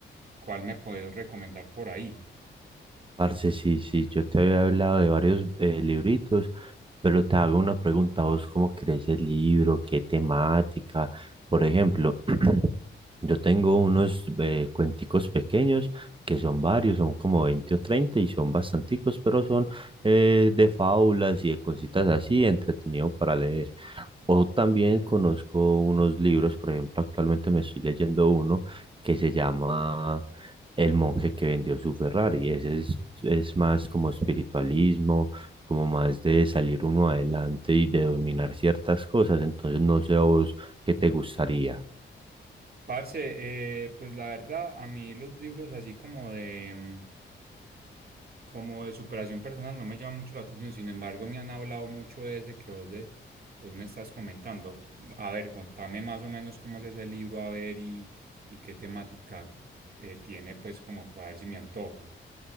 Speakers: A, on the right; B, on the right.
A: ¿cuál me podés recomendar por ahí?
B: Parce, sí, sí, yo te había hablado de varios eh, libritos, pero te hago una pregunta, ¿vos cómo crees el libro? ¿Qué temática? Por ejemplo, <clears throat> yo tengo unos eh, cuenticos pequeños que son varios, son como 20 o 30 y son bastanticos, pero son eh, de fábulas y de cositas así, entretenido para leer. O también conozco unos libros, por ejemplo, actualmente me estoy leyendo uno que se llama el monje que vendió su Ferrari. Ese es, es más como espiritualismo, como más de salir uno adelante y de dominar ciertas cosas. Entonces, no sé a vos qué te gustaría.
A: Parce, eh, pues la verdad, a mí los libros así como de... mm, Como de superación personal no me llama mucho la atención, sin embargo me han hablado mucho de ese que vos, de, vos me estás comentando. A ver, contame más o menos cómo es ese libro, a ver, y, y qué temática eh, tiene, pues como para ver si me antojo.